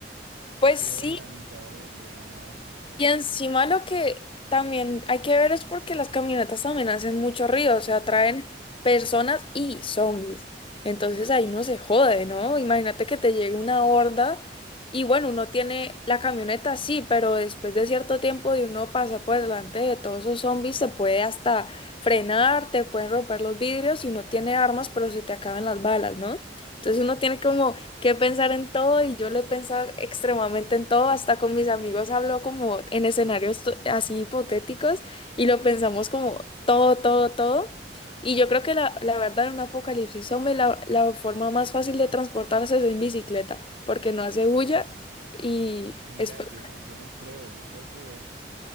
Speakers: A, on the left; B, on the right.
A: Pues
B: quedo
A: sí.
B: en la mitad de, de la nada.
A: Y encima lo que también hay que ver es porque las camionetas también hacen mucho ruido, o sea, atraen personas y zombies. Entonces ahí uno se jode, ¿no? Imagínate que te llegue una horda y bueno, uno tiene la camioneta, sí, pero después de cierto tiempo de uno pasa por delante de todos esos zombies, se puede hasta frenar, te pueden romper los vidrios y uno tiene armas, pero se te acaban las balas, ¿no? Entonces uno tiene como que pensar en todo y yo lo he pensado extremadamente en todo, hasta con mis amigos hablo como en escenarios to- así hipotéticos y lo pensamos como todo, todo, todo. Y yo creo que la, la verdad en un apocalipsis zombie la, la forma más fácil de transportarse es en bicicleta, porque no hace bulla y
B: Mira,
A: es perfecto.
B: yo, yo no creo, yo creo que